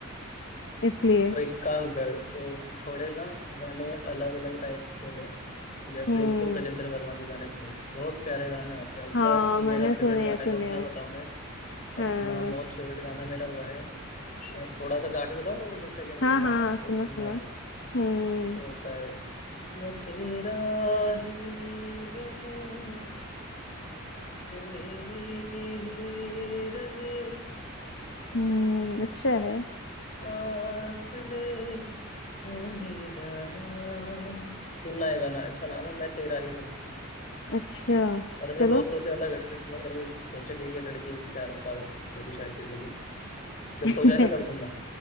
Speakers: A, on the left; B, on the left.
A: इसलिए
B: तो एक काम कर तो थोड़े ना गाने अलग अलग टाइप्स के ले जैसे
A: हम्म
B: एक तो गजेंद्र वर्मा के गाने सुनो बहुत प्यारे गाने होते हैं उसका
A: हाँ
B: जो
A: मैंने
B: मेरा
A: सुने
B: फेवरेट गाना
A: हैं सुने
B: है जो अपना
A: हैं
B: बताऊं मैं
A: हाँ
B: अपना मोस्ट फेवरेट गाना मेरा वो है मैं थोड़ा सा गा के बताऊं तेरे को दस सेकंड
A: हाँ
B: का
A: हाँ
B: गाना
A: सुना
B: वो सुनना
A: सुना
B: तो
A: हम्म
B: होता है मैं तेरा ही रहूं तू मेरी ही रहे
A: हम्म अच्छा है
B: फासले तू मेरी जाना सुनना है गाना इसका नाम है मैं तेरा ही रहूं
A: अच्छा
B: और अपने
A: चलो
B: दोस्तों से अलग हटके सुनना कभी सोचा कि ये लड़की प्यार होता होगी शायद किसी की जब
A: <laughs>
B: सो जाए ना तब सुनना